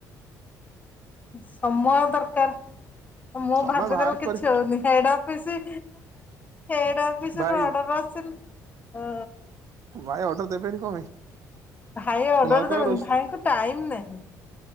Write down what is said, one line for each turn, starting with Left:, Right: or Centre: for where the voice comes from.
Left: ସମୟ ଦରକାର ମୁଁ
Right: ସମୟ
Left: ଭାବିଦେଲେ
Right: ବାହାର
Left: କିଛି
Right: କରି
Left: ହଉନି ହେଇଡା ି ଏଟା ପି
Right: ଭାଇ
Left: ଅଡର ଆସ ହ
Right: ଭାଇ ଅର୍ଡର ଦେବେନି କଣ ପାଇଁ
Left: ଭାଇ ଅର୍ଡର
Right: ତୁ ନ କହ
Left: ଦେବନି
Right: ରୋଷ୍
Left: ଭାଇଙ୍କୁ ଟାଇମ ନାହିଁ।